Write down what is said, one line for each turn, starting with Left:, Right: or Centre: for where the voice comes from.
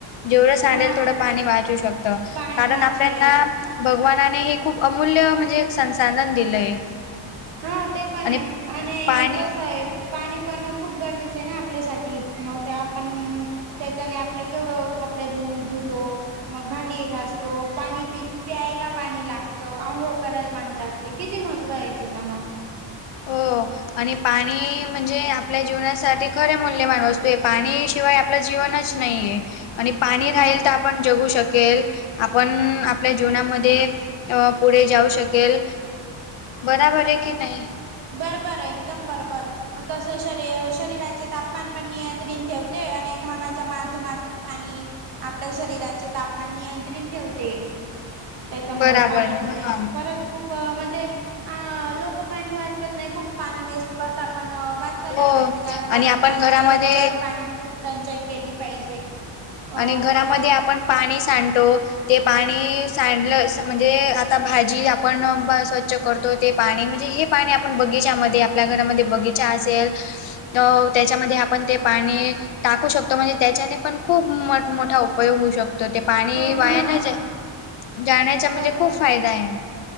Left: जेवढं सांडेल
Right: हां
Left: तेवड पाणी वाचू शकत
Right: पाणी
Left: कारण,
Right: वाचवेल
Left: आपल्यांना
Right: हां
Left: भगवानाने हे खूप अमूल्य म्हणजे एक संसाधन दिलंय.
Right: हा ते पण
Left: आणि
Right: आहे, आणि
Left: पाणी
Right: कस आहे. पाणी पण खूप गरजेचं आहे ना, आपल्यासाठी म ते आपण त्याच्याने आपलं केवढं कपडे धु- धुतो. मग भांडी घासतो, पाणी पि -प्यायला पाणी लागतं, आंघोळ करायला पाणी लागतं. ते किती महत्व आहे, जीवना मध्ये.
Left: हो, आणि पाणी म्हणजे आपल्या जीवनासाठी ते खरे मूल्यमान वास्तूय पाणी शिवाय आपलं जीवनच नाही. आणि पाणी
Right: हां
Left: राहील तर, आपण जगू शकेल. आपण आपल्या जीवना मध्ये अ पुढे जाऊ शकेल. बराबर आहे की नाही
Right: बरं बरं एकदम बरं बर कसं शरी शरीराचे तापमान पण नियंत्रित ठेवते आणि घामाच्या माध्यमातून पाणी आपल्या शरीराचे तापमान नियंत्रित ठेवते त्याच्यामु
Left: बराबर
Right: पाणी पिल्याने
Left: हा
Right: परतच खूप म्हणजे लोक पाणी वाजवत नाही खूप पाणी वेस्ट करतात पण वाचवायला
Left: हो
Right: पाहिजे कारण
Left: आणि
Right: आजकालच्या
Left: आपण घरामध्ये
Right: युगामध्ये पाण्याची खूप टंचाई केली पाहिजे अ
Left: आणि घरामध्ये
Right: कारण
Left: आपण पाणी सांडतो ते पाणी सांडलं म्हणजे आता भाजी आपण स्वच्छ करतो ते पाणी म्हणजे हे पाणी आपण बगीच्यामध्ये आपल्या घरामध्ये बगीचा असेल अ त्याच्यामध्ये आपण ते पाणी टाकू शकतो म्हणजे त्याच्याने पण खूप मोठा उपयोग होऊ शकतो ते पाणी
Right: हां
Left: वायान ज जाण्याचा म्हणजे
Right: बरोबर
Left: खूप फायदा आहे